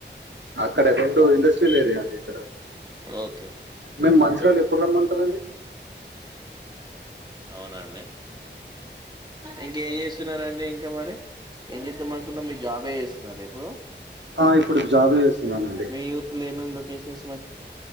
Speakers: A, on the right; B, on the right.
A: అక్కడ రెండు ఇండస్ట్రియల్ ఏరియా అండి ఇక్కడ
B: ఓకే
A: మేము మంచిరాళు ఎప్పుడ్ రమ్మంటరంండి
B: అవునండి ఇంకేం చేస్తున్నరండి ఎవరే ఏం చేద్దా మనుకున్నా మీ జాబ్ చేస్తున్నారా ఇపుడ్ బ్రో
A: ఆ ఇప్పుడుకి జాబే చేస్తున్నానండి
B: మీ ఊర్లో <unintelligible>